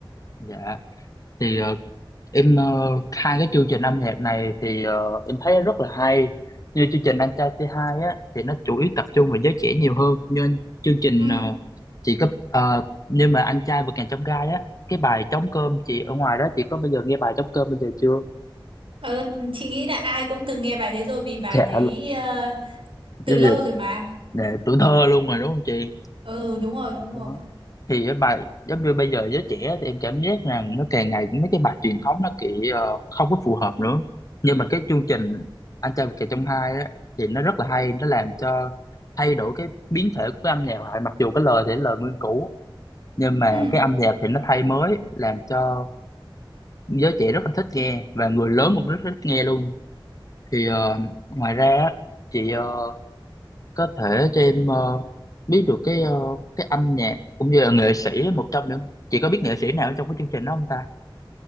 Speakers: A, on the left; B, on the right.
A: dạ thì ờ, em ờ, hai cái chương trình âm nhạc này thì ờ, em thấy rất là hay như chương trình Anh trai T2 á thì nó chủ yếu tập trung vào giới trẻ nhiều hơn nhưng chương trình
B: Ừ.
A: ờ, chị có ờ, nhưng mà anh trai vượt ngàn chông gai á cái bài trống cơm chị ở ngoài đó chị có bao giờ nghe bài trống cơm bây giờ chưa
B: Ờ, chị nghĩ là ai cũng từng nghe bài đấy rồi vì bài
A: dạ
B: đấy ờ, từ
A: giáo
B: lâu
A: dục
B: rồi mà.
A: là tuổi thơ luôn rồi đúng không chị
B: Ừ, đúng rồi, đúng
A: Đó.
B: rồi.
A: thì cái bài giống như bây giờ giới trẻ thì em cảm giác rằng nó càng ngày mấy cái bài truyền thống nó kiểu ờ, không có phù hợp nữa nhưng mà cái chương trình Anh trai vượt ngàn chông gai á thì nó rất là hay nó làm cho thay đổi cái biến thể của âm nhạc lại mặc dù cái lời thì là lời nguyên cũ nhưng mà
B: Ừ.
A: cái âm nhạc thì nó thay mới làm cho giới trẻ rất là thích nghe và người lớn cũng rất thích nghe luôn thì ờ, ngoài ra á, chị ờ, có thể cho em ờ, biết được cái ờ, cái âm nhạc cũng như là nghệ sĩ một trong những chị có biết nghệ sĩ nào ở trong cái chương trình đó không ta